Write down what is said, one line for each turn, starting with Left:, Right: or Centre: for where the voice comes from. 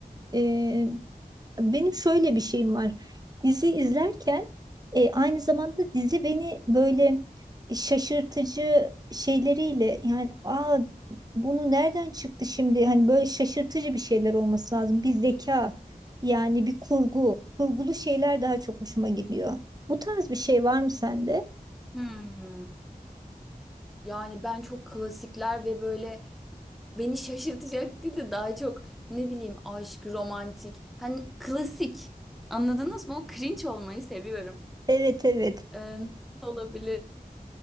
Right: Ee, benim şöyle bir şeyim var. Dizi izlerken e, aynı zamanda dizi beni böyle şaşırtıcı şeyleriyle yani aa bunu nereden çıktı şimdi? Hani böyle şaşırtıcı bir şeyler olması lazım. Bir zeka yani bir kurgu, kurgulu şeyler daha çok hoşuma gidiyor. Bu tarz bir şey var mı sende?
Centre: Hmm. Yani ben çok klasikler ve böyle beni şaşırtacak değil de daha çok ne bileyim aşk, romantik. Hani klasik. Anladınız mı? O cringe olmayı seviyorum.
Right: Evet evet.
Centre: Ee, nasıl olabilir?